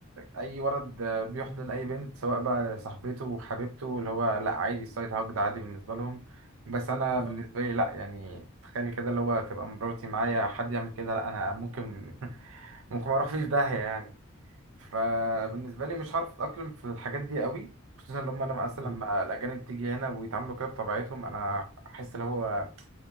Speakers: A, on the right (about 80°); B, in the centre.
A: اي ولد بيحضن اي بنت سواء بقى صاحبته وحبيبته اللي هو لا عادي السايد هاج ده عادي بالنسبه لهم بس انا
B: اه
A: بالنسبه لي لا يعني تخيلي كده اللي هو تبقى مراتي معايا حد يعمل كده لا انا ممكن ممكن ما اروح فيه في داهية يعني فبالنسبة
B: آه.
A: لي مش هعرف اتأقلم في الحاجات دي قوي خصوصا لما انا اصلا
B: أيوة.
A: لما الاجانب تيجي هنا ويتعاملوا كده بطبيعتهم انا احس اللي هو